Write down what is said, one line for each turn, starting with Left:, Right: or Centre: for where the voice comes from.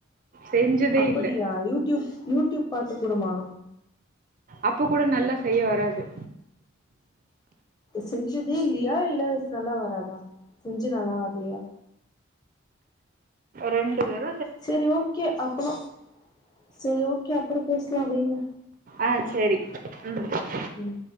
Right: செஞ்சதே
Left: அப்படியா
Right: இல்ல
Left: யூடியூப் யூடியூப் பாத்து கூடுமா
Right: அப்ப கூட நல்லா செய்ய வராது
Left: செஞ்சதே இல்லையா இல்ல நல்லா வராதா செஞ்சு நல்லா வர்லையா
Right: ரெண்டு தர
Left: சரி ஓகே அப்பலாம் சேரி ஓகே அப்புறம் பேசலாம் வைங்க
Right: ஆஹ் சரி உம்
Left: உம்